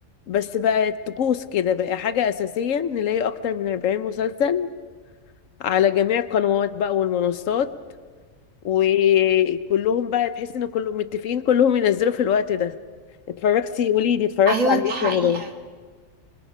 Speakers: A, on the left; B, on the right.
A: بس بقت طقوس كده بقى حاجة أساسية نلاقي أكتر من 40 مسلسل على جميع القنوات بقى والمنصات وكلهم بقى تحس ان كلهم متفقين كلهم ينزلوا في الوقت ده اتفرجتي قولي لي اتفرجتي
B: ايوه
A: على
B: دي
A: ايه
B: حقيقة
A: في رمضان